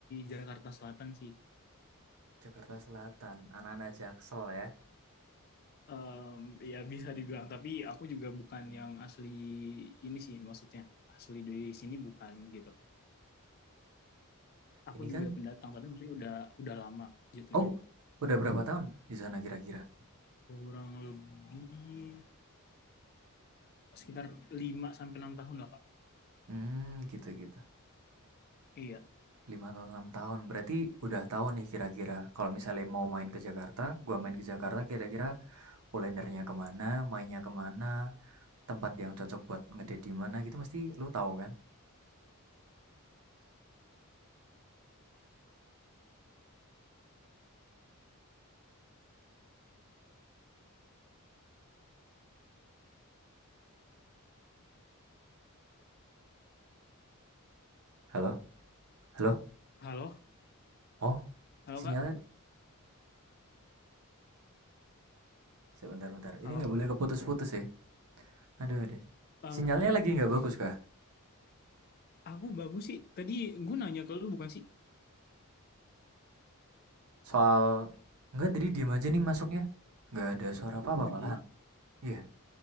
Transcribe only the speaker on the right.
Jakarta Selatan, anak-anak Jaksel ya.
Ini kan,
oh, udah berapa tahun di sana kira-kira?
Hmm, gitu-gitu.
5 atau 6 tahun. Berarti udah tahu nih kira-kira. Kalau misalnya mau main ke Jakarta, gua main ke Jakarta kira-kira kulinernya kemana, mainnya kemana, tempat yang cocok buat ngedate di mana gitu mesti lu tahu kan? Halo? Halo?
Oh,
sinyalnya
sebentar bentar. Ini
nggak boleh keputus-putus ya. Aduh aduh.
Sinyalnya lagi nggak bagus kah?
Soal nggak tadi diam aja nih masuknya. Nggak ada suara apa-apa
malahan.
Iya,